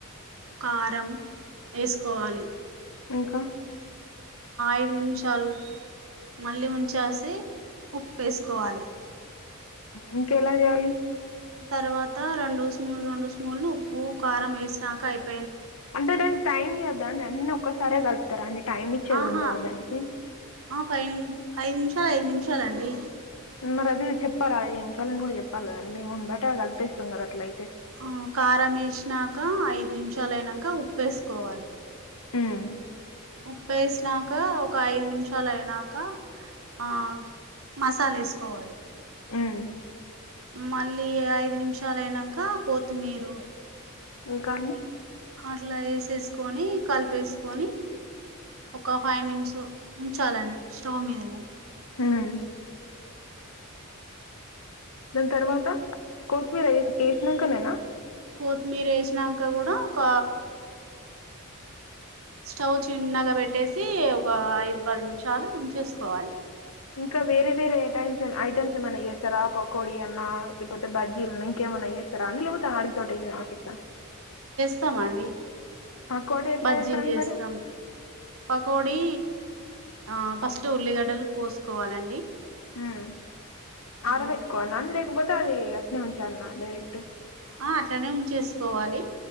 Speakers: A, on the right; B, on the left.
A: కారం వేసుకోవాలి
B: ఇంకా
A: ఐదు నిమిషాలు మళ్ళీ ఉంచేసి ఉప్పు వేసుకోవాలి
B: ఇంక ఎలా చేయాలి
A: తర్వాత రెండు స్మూన్ రెండు స్మూన్లు ఉప్పు కారం వేసినక అయిపో
B: అంటేదనికి టైమ్ <unintelligible> <unintelligible> అన్న ఒకసారే కలుతారు అండి టైమ్ ఇచ్చేది
A: ఆహా
B: ఉండావ దానికి
A: ఆ పై ని ఐదు నిమిషాలు ఐదు నిమిషాలండి
B: మరి అది చెప్పారా ఐదు నిమిషాలను కూడా చెప్పాలా కదా అండి <unintelligible> కలిపేస్తాం కదా అట్లే
A: ఆ కారం వేసినక ఐదు నిమిషాలు అయినా ఇకా ఉప్పు వేసుకోవాలి
B: మ్మ్
A: ఉప్పు వేసినాక ఒక ఐదు నిమిషాలు అయినాక ఆ మసాల వేసుకోవాలి
B: మ్మ్
A: మళ్ళీ ఐదు నిమిషాలు అయినాక కోతి మీరు
B: ఇంకా అండి
A: అట్లా వేసేసుకొని కలిపేసుకొని ఒక ఫైవ్ నిమిస్ ఉంచాలండి స్టవ్ మీదనే
B: ఉమ్ దాని తర్వాత కొతిమీర ఏ వేసినక <unintelligible>
A: కొత్తిమీర వేసినాక కూడా ఒక స్టవ్ చిన్నగా పెట్టేసి ఒక ఐదు పది నిమిషాలు ఉంచేసుకోవాలి
B: ఇంకా వేరే వేరే టైమ్స్ ఐటమ్స్ ఏమైనా చేస్తారా పకోడి అన్నా లేకపోతే బజ్జీలున్నా ఇంకేమైన్నా చేస్తా అండి లేకపోతే ఆడితోటి <unintelligible>
A: స్తామడి
B: పకోడీ ఎట్లా
A: బజ్జీలు
B: చేస్తారండి
A: చేస్తాం
B: మరి
A: పకోడి ఆ ఫస్ట్ ఉల్లిగడ్డలు కోసుకోవాలండి
B: ఉమ్ ఆరపెట్టుకోవలన
A: ఉమ్
B: లేకపోతే అది అటానే ఉంచాలన్నా డైరెక్ట్
A: ఆ అట్లానే ఉంచేసుకోవాలి